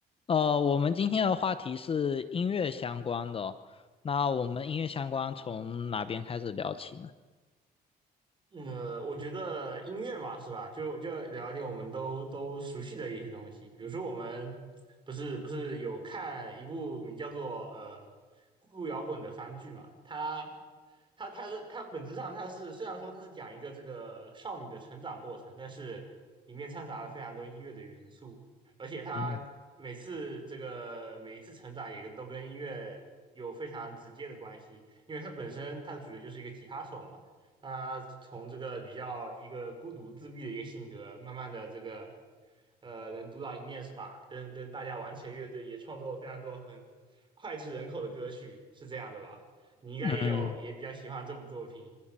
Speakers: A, on the left; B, on the right.
A: 呃，我们今天的话题是音乐相关的哦那我们音乐相关从哪边开始聊起呢？
B: 呃，我觉得音乐嘛，是吧？就就聊一点我们都都熟悉的一些东西，比如说我们不是不是有看一部名叫做呃《孤独摇滚》的番剧嘛？它它它的它本质上它是虽然说它是讲一个这个少女的成长过程，但是里面掺杂了非常多音乐的元素，而且它每次这个每一次成长也都跟音乐有非常直接的关系，
A: 嗯
B: 因为它本身它的主角就是一个吉他手嘛。他从这个比较一个孤独自闭的一个性格，慢慢的这个呃能独当一面是吧？跟跟大家玩起了乐队，也创作了非常多很脍炙人口的歌曲，是这样的吧？你应该也有也比较喜欢这部作品，
A: 嗯，